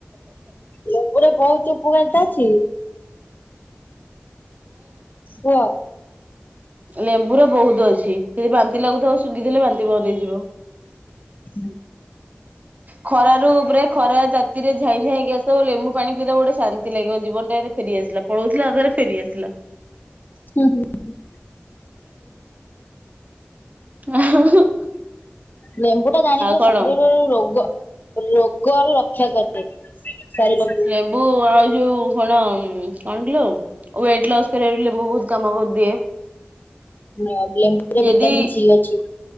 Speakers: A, on the left; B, on the right.
A: ଲେମ୍ବୁରେ ବହୁତ ଉପକାରିତା ଅଛି। କୁହ।
B: ଲେମ୍ବୁ ର ବହୁତ ଅଛି ଯଦି ବାନ୍ତି ଲାଗୁଥିବ ଶୁଙ୍ଘି ଦେଲେ ବାନ୍ତି ବନ୍ଦ ହେଇଯିବ।
A: ହ।
B: ଖରାରୁ ପୁରା ଖରା ତାତିରେ ଝାଇଁ ଝାଇଁକି ଆସିବ ଲେମ୍ବୁ ପାଣି ପିଇଦବ ଗୋଟେ ଶାନ୍ତି ଲାଗିବ। ଜୀବନ ଟା ଏବେ ଫେରି ଆସିଲା। ପଳଉଥିଲା ଅଧା ରୁ ଫେରିଆସିଲା।
A: ହୁଁ, ହୁଁ। <inaudible>
B: ଆଉ।
A: ଲେମ୍ବୁ ଟା ଜାଣିଚ
B: କଣ
A: ଶରୀରର ରୋଗ ରୋଗ ରୁ ରକ୍ଷା କରେ ଶରୀରକୁ।
B: ଲେମ୍ବୁ ଆଉ ଯୋଉ କଣ ଉଁ, କଣ କିଲୋ ୱେଟ୍ ଲସ୍ କରିବାର ଲେମ୍ବୁ ବହୁତ କାମ କରିଦିଏ।
A: ନ ଲେମ୍ବ
B: ଯଦି
A: ଭିଟାମନ୍ ସି ଅଛି